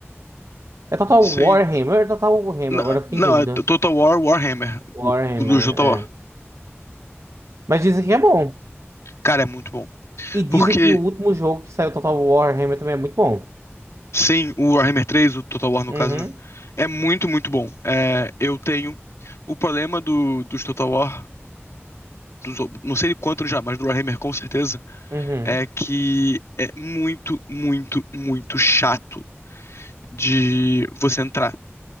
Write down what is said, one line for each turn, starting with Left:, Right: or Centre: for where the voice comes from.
Right: É Total
Left: Sim.
Right: Warhammer ou é Total Hammer?
Left: Não,
Right: Agora eu fiquei
Left: não,
Right: em dúvida.
Left: é Total War Warhammer,
Right: Warhammer,
Left: o, o do Total
Right: é.
Left: War.
Right: Mas dizem que é bom.
Left: Cara, é muito bom.
Right: E dizem
Left: Porque,
Right: que o último jogo que saiu Total War Warhammer também é muito bom.
Left: sim, o Warhammer três, o Total War no
Right: Uhum,
Left: caso, né? É muito, muito bom. É, eu tenho o problema do, dos Total War, dos, não sei de quanto já, mas do Warhammer com certeza,
Right: uhum,
Left: é que é muito, muito, muito chato de você entrar.